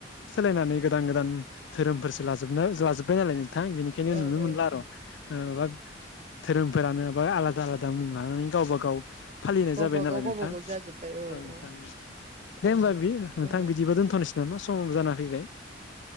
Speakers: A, on the left (about 70°); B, on the right (about 35°).
A: सोलायनानै गोदान गोदान धोरोमफोरसो लाजोबनो लाजोबबाय नालाय नोंथां बेनिखायनो
B: औ
A: नुनो
B: औ
A: मोनला आरो। ओधोरोमफोरानो बा आलादा आलादा मुं लानानै गावबा- गाव फालिनाय
B: गावबागाव
A: जाबाय नालाय
B: गावबागाव
A: नोंथां औ
B: जाजोब्बाय
A: नोंथां।
B: औ
A: दे
B: औ
A: होमबा बियो नोंथां
B: बेनो
A: बिदिबा दोनथ'नोसै नामा समाव जाना फैबाय।